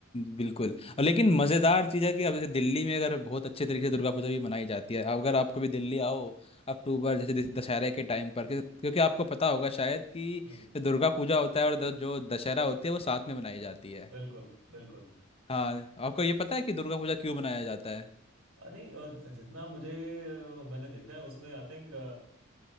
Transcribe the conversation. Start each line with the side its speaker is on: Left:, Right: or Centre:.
Left: बिल्कुल और लेकिन मज़ेदार चीज़ है कि अब जैसे दिल्ली में अगर बहुत अच्छे तरीके से दुर्गा पूजा भी मनाई जाती है अगर आप कभी दिल्ली आओ अक्टूबर जैसे दिस- दशहरे के टाइम पर क्यों- क्योंकि आपको पता होगा शायद कि
Right: हम्म
Left: जो दुर्गा पूजा होता है और द- जो दशहरा होती है वो साथ में मनाई जाती है
Right: बिल्कुल बिल्कुल
Left: हाँ आपको ये पता है कि दुर्गा पूजा क्यों मनाया जाता है
Right: अ, नहीं अ, जितना मुझे अ, मैंने देखा है उसमें आई थिंक